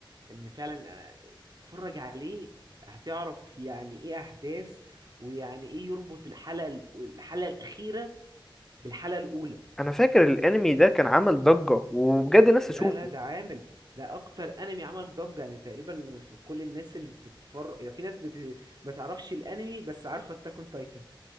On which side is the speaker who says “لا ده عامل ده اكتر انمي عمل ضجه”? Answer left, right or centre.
Right